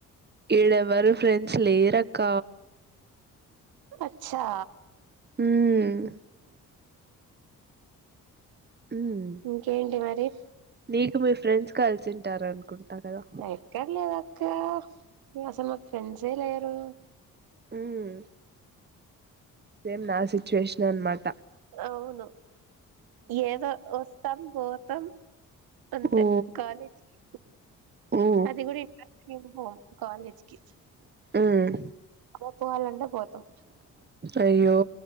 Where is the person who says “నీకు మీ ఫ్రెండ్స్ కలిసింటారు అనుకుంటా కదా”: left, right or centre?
Right